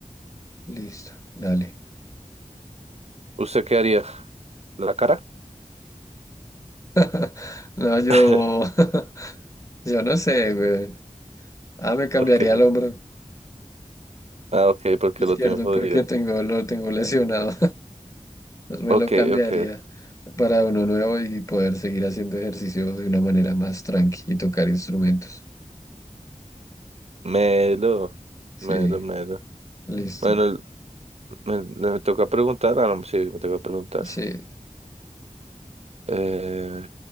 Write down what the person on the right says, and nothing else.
¿usted qué haría? ¿La cara?
<laughs>
Ok,
ah, ok, porque
lo tiene jodido.
Ok,
ok,
melo,
melo, melo.
Bueno, Me, me toca preguntar, ah, no, sí, me toca preguntar.
Eh,